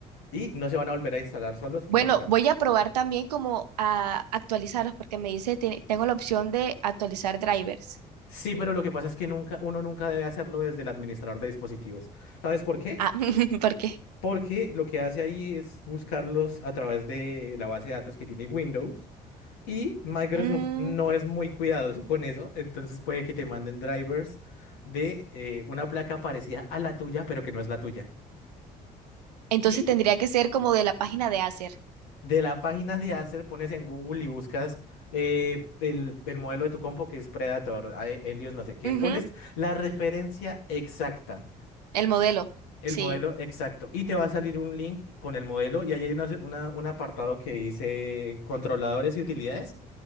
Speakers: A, on the left; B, on the right.
A: y no se van a volver a instalar solos
B: Bueno,
A: nunca.
B: voy a probar también como a actualizarlos porque me dice, te- tengo la opción de actualizar drivers.
A: Sí, pero lo que pasa es que nunca, uno nunca debe hacerlo desde el administrador de dispositivos. ¿Sabes por qué?
B: Ah, <laughs> ¿por qué?
A: Porque lo que hace ahí es buscarlos a través de la base de datos que tiene Windows Y Microsoft
B: Mm,
A: no es muy cuidadoso con eso, entonces puede que te manden drivers de eh, una placa parecida a la tuya, pero que no es la tuya.
B: entonces
A: Y
B: tendría que ser como de la página de Acer.
A: de la página de Acer pones en Google y buscas eh, el, el modelo de tu compo que es Predator, a- Helios, no sé qué.
B: Ujú,
A: Pones la referencia exacta,
B: el modelo,
A: el
B: sí.
A: modelo exacto, y te va a salir un link con el modelo y ahí hay una- una- un apartado que dice controladores y utilidades.